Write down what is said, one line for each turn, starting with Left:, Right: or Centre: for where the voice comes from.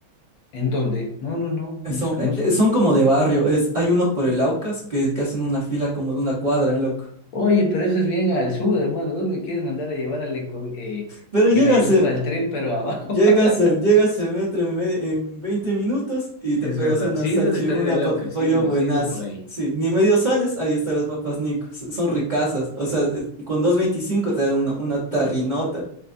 Left: ¿En dónde? No, no, no,
Right: Eh,
Left: desconozco.
Right: Son, eh, eh, son como de barrio. Es, hay uno por el Aucas que, que hacen una fila como de una cuadra, loco.
Left: Oye, pero eso es bien al sur, hermano. Vos me quieres mandar a llevar al eco, eh,
Right: Pero
Left: que
Right: llegas,
Left: me suba el tren, pero abajo.
Right: Llegas,
Left: <laughs>
Right: al- llegas en metro en, me- en 20 minutos y te
Left: Es
Right: pegas
Left: verdad.
Right: una
Left: Sí,
Right: salchi,
Left: he ido al estadio
Right: una
Left: de Lauca,
Right: papi pollo
Left: sí he ido,
Right: buenazo.
Left: sí he ido por ahí.
Right: Sí, ni medio sales, ahí están las papas Nico. S- Son ricasas. O sea, eh, con dos veinticinco te dan una, una tarrinota.